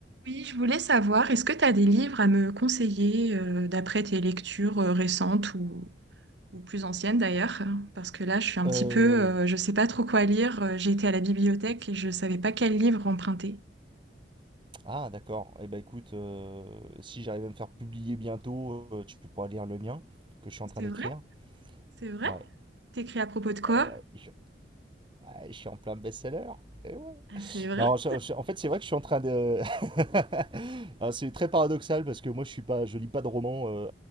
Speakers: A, on the right; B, on the right.
A: Oui, je voulais savoir, est-ce que tu as des livres à me conseiller euh, d'après tes lectures euh, récentes ou, ou plus anciennes d'ailleurs? Parce que là, je suis un
B: Euh,
A: petit peu, euh, je sais pas trop quoi lire. Euh, J'ai été à la bibliothèque et je savais pas quel livre emprunter.
B: Ah, d'accord. Eh ben, écoute, euh, si j'arrive à me faire publier bientôt, euh, tu pourras lire le mien que je suis en train
A: C'est
B: d'écrire.
A: vrai? C'est vrai?
B: Ouais.
A: T'écris à propos de quoi?
B: Eh ouais, je, ouais, je suis en plein best-seller. Eh ouais.
A: Ah, C'est vrai?
B: Non, je- je- en fait, c'est vrai que je suis en train de. <laughs> Ah, c'est très paradoxal parce que moi, je suis pas, je lis pas de romans euh,